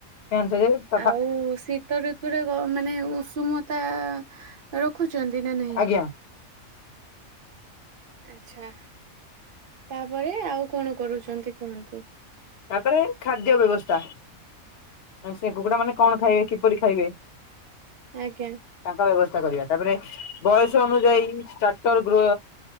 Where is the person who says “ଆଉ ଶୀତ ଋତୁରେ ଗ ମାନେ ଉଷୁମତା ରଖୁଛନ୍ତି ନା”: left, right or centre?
Right